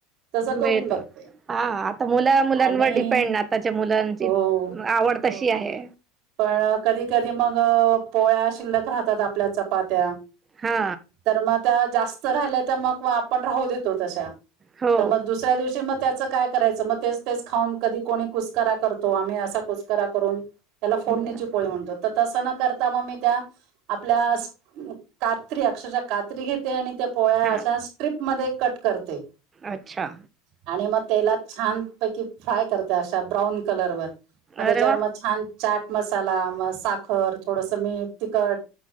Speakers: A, on the right (about 60°); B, on the right (about 25°).
A: तसं करून
B: मिळतं
A: बघते
B: हा आता मुला मुलांवर
A: आणि
B: डिपेंड आताच्या मुला
A: हो
B: आवड
A: हो
B: तशी आहे
A: पण कधी कधी मग पोळ्या शिल्लक राहतात आपल्या चपात्या
B: हा
A: तर मग त्या जास्त राहिल्या त्या मग व आपण राहू देतो तशा
B: हो.
A: तर मग दुसऱ्या दिवशी मत त्याचं काय करायचं मग तेच तेच खाऊन कधी कोणी कुसकरा करतो आम्ही असा कुसकरा करून त्याला फोडणीची
B: बरं.
A: पोळी म्हणतो त तस न करता मग मी त्या आपल्यास कात्री अक्षरशः कात्री घेते आणि त्या पोळ्या
B: हां.
A: अशा स्ट्रिप मधे कट करते.
B: अच्छा.
A: आणि मग तेलात छानपैकी फ्राय करते. अशा ब्राऊन कलरवर मग त्याच्यावर,
B: अरे वाह!
A: मग छान चाट मसाला, मग साखर, थोडस मीठ, तिखट.